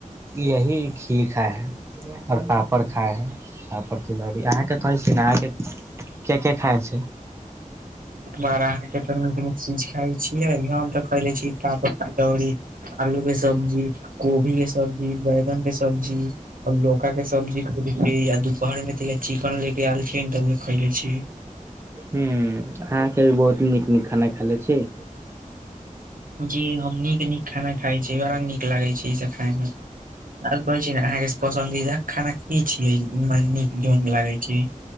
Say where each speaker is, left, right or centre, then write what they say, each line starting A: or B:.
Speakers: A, on the right; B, on the right.
A: यही खी खा है ओर पापड़ खाइ पापड़ तिलौरी अहाँके कहै छिय ने अहाँके के के खाय छय
B: बारा अहाँ के तऽ नीक नीक चीज खाइ छियै हम तऽ खयले छी पापर तिलौरी आलू के सब्जी कोभी के सब्जी बैंगन के सब्जी आ लौका के दमजी खयले छी या दुपहर मे त ये चिकन ले के आयलथि त उहे खैले छी
A: हूँ अहाँके भी बहुत नीक नीक खाना खयले छी
B: जी हम नीक नीक खाना खाइ छी बड़ा नीक लागै छै ई सब खाय मे आ कहै छी ने अहाँके पसन्दीदा खाना की छियै नीक जौन लागे छै